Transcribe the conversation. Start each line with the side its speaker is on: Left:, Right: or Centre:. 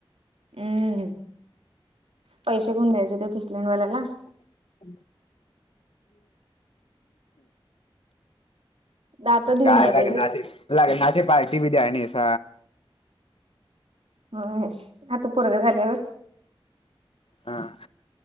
Right: हम्म, पैसे कोन द्यायचे ते फिचल्याडवाल्याला.
Left: <unintelligible>
Right: दात देऊन
Left: काय
Right: याय
Left: लग्ना
Right: पाहिजेत.
Left: ची लग्ना पार्टी बी द्याय नाहीस.
Right: हो, आता पोरग झाल्यावर.
Left: हा.